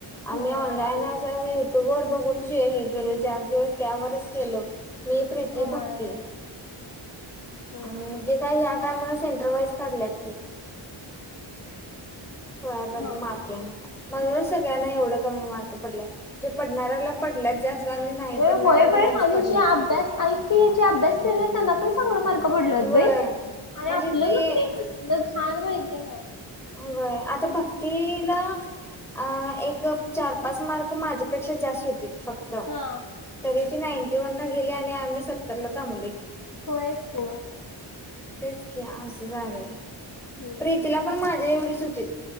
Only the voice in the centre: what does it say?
आम्ही ऑनलाईन
असावी युट्यूब वर बघून. हे हे गेलो चार दिवस त्यावरच केलो होतो मी प्रीती
भक्ती
आणि ते काय ह्या टाईमाला सेंटरवाइज काढल्यात की धोडया या त
मार्किंग म्हणूनच सगळ्यांना एवढं कमी मार्क- पडलाय जे पडणार्याला पडल्यात जास्त- आणि नाही
पडणाऱ्याला
नाहीच
पडलेत.
व्हय
म्हणजे
ते
व्हय आता भक्तीला- आ एक चार पाच मार्क माझ्यापेक्षा जास्त होतीत- फक्त
तरी ती नाईंटी वन ला गेली आणि आम्ही सत्तर ला थांबलोय -
तेच की आसं झालंय
प्रीतीला पण माझ्या एवढीच हु़़